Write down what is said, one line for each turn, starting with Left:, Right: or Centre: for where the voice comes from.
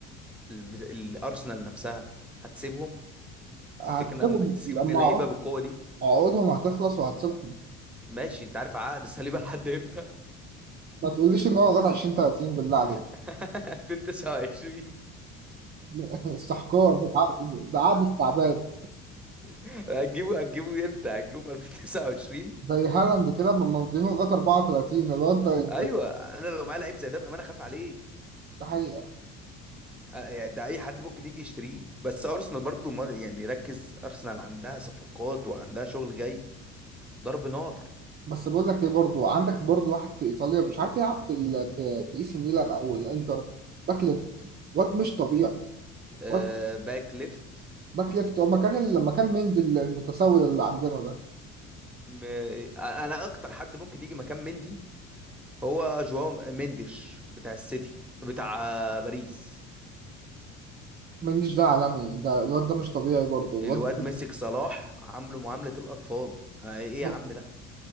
Centre: الب- الارسنال نفسها هتسيبهم
Right: هتسيبهم
Centre: تفتكر انها ممكن تسيب
Right: لما
Centre: اتنين لعيبه
Right: عقود-
Centre: بالقوه دي
Right: عقودهم هتخلص وهتسيبهم
Centre: ماشي انت عارف عقد صليبه لحد امتى
Right: ما تقوليش ان هو غلط 20 30 بالله عليك
Centre: <laughs> 2029
Right: <laughs> استحقار ده عقد ده عقد استعباد
Centre: هتجيبه هتجيبه امتى هتجيبه في 2029
Right: زي هالاند كده لما مدينه لغايه 34 اللي هو انت انت
Centre: ايوه انا لو معايا لعيب زي ده بقى انا خاف عليه
Right: ده حقيقه
Centre: أ- يعني ده اي حد ممكن يجي يشتريه بس ارسنال برضو ما- يعني ركز ارسنال عندها صفقات وعندها شغل جاي ضرب نار
Right: بس بقول لك ايه برضو عندك برضو واحد في ايطاليا مش عارف يلعب في ال... في, في اي سي ميلان او الانتر باك ليفت واد مش طبيعي
Centre: آه
Right: واد
Centre: باك ليفت
Right: باك ليفت هو مكان ال... لما كان مندي المتسول اللي عندنا ده
Centre: م... انا اكتر حد ممكن يجي مكان مندي هو جواو مندش بتاع السيتي بتاع باريس
Right: منديش ده عالمي ده الواد ده مش طبيعي برضو الواد
Centre: الواد مسك صلاح عامله معاملة الأطفال أنا إيه
Right: ده
Centre: يا عم ده